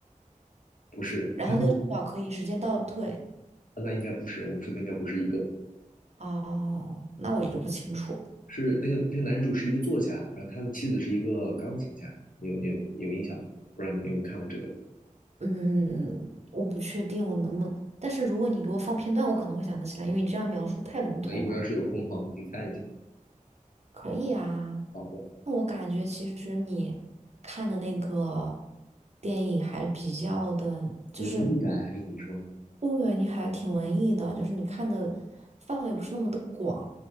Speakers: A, on the left; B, on the right.
A: 不是。
B: 然后那个手表可以时间倒退？
A: <laughs> 那应该不是，我们说的应该不是一个，
B: 哦，那我就不清楚。
A: 嗯，是那个那个男主是一个作家，然后他的妻子是一个钢琴家，你有你有有印象吗？不知道你有没有看过这个？
B: 嗯，我不确定我能不能，但是如果你给我放片段，我可能会想得起来，因为你这样描述太笼统了。
A: 那一会儿要是有空的话，我们可以看一下。
B: 可好以啊，
A: 好的，
B: 那我感觉其实你看的那个电影还比较的，就是
A: 文艺感还是怎么说？
B: 对你还挺文艺的，就是你看的范围不是那么的广，